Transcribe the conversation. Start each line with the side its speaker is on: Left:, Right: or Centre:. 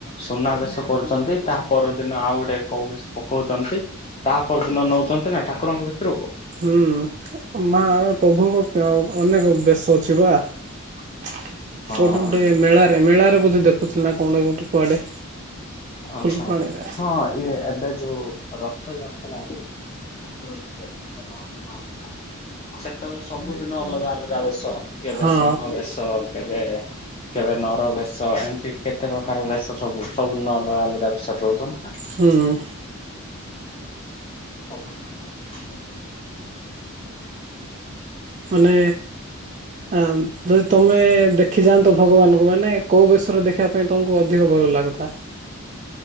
Left: ସୁନାବେେଶ କରୁଛନ୍ତି ତା ପରଦିନ ଆଉ ଗୋଟେ କୋଉ ବେଶ କହୁଛନ୍ତି ତା ପରଦିନ ନଉଛନ୍ତି ନା ଠାକୁରଙ୍କ ଭିତରକୁ?
Right: ହୁଁ ମା ଆମେ ପ୍ରଭୁଙ୍କ ଅନେକ ବେଶ ଅଛି ପା। କୋଉଠି
Left: ହଁ
Right: ଗୋଟେ ମେଳାରେ ମେଳାରେ ବୋଧେ ଦେଖୁଥିଲେ ନା କୋଉଠି କୋଉଠି ଗୋଟେ କୁଆଡେ?
Left: ଓହୋ
Right: ଫୁଲବାଣୀରେ
Left: ହଁ ଇଏ ଏବେ ଯୋଉ ରଥଯାତ୍ରା ରେ <unintelligible> ସେତେବେଳେ ସବୁଦିନ ଅଲଗା ଅଲଗା ବେଶ କେବେ
Right: ହଁ
Left: ସିଂହ ବେଶ କେବେ କେବେ ନର ବେଶ ଏମିତି କେତେ ପ୍ରକାର ବେଶ ସବୁ ସବୁ ନ ଅଲଗା ବିଷୟରେ ରହୁଛନ୍ତି
Right: ହୁଁ।
Left: <unintelligible>
Right: ପୂନେ ହଁ ଯଦି ତମେ ଦେଖିଯାଆନ୍ତ ଭଗବାନଙ୍କୁ ମାନେ କୋଉ ବେଶରେ ଦେଖିବା ପାଇଁ ତମକୁ ଅଧିକ ଭଗବାନ <unintelligible> କତା